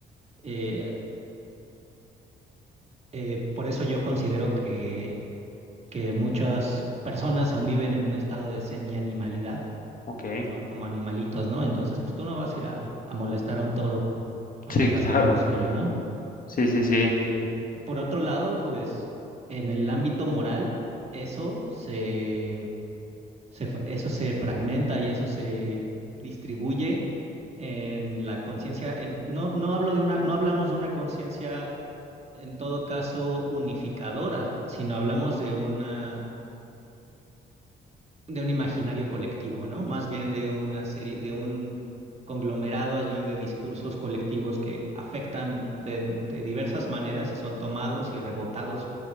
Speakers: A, on the right; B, on the left.
A: Eh, Eh, por eso yo considero que, que muchas personas aún viven en un estado de semi-animalidad,
B: Ok.
A: son como animalitos, ¿no? Entonces, pues tú no vas a ir a, a molestar a un toro cuando
B: Sí,
A: está
B: claro.
A: haciendo lo suyo, ¿no?
B: Sí, sí, sí.
A: Eh, por otro lado, pues en el ámbito moral, eso se, se fra- eso se fragmenta y eso se distribuye en la conciencia. en- No, no hablo de una, no hablamos de una conciencia en todo caso unificadora, si no hablamos de una de un imaginario colectivo, ¿no? Más bien de una serie, de un conglomerado allí de discursos colectivos que afectan de, de diversas maneras y son tomados y rebotados